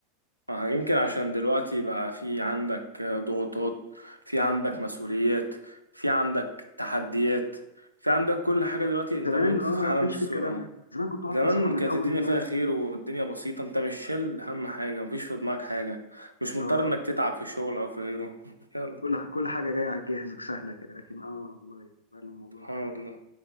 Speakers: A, on the right; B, on the left.
A: آه يمكن عشان دلوقتي بقى في عندك ضغوطات في عندك مسؤوليات في عندك تحديات في عندك كل حاجة دلوقتي انت
B: زمان
A: بقيت
B: اه
A: في عالم
B: ما كانش
A: السرعة
B: في الكلام ده زمان كنت تقعد
A: زمان
B: تصحى من
A: كانت
B: اول
A: الدنيا
B: اليوم
A: فيها خير والدنيا بسيطة انت مش شايل هم حاجة مفيش في دماغك حاجة مش مضطر
B: آه
A: انك تتعب في الشغل او في غيره يلا
B: كل كل حاجه جايه على الجاهز سهله كده لكن اه والله فعلا الموضوع
A: سبحان
B: ده حلو
A: الله
B: أوي.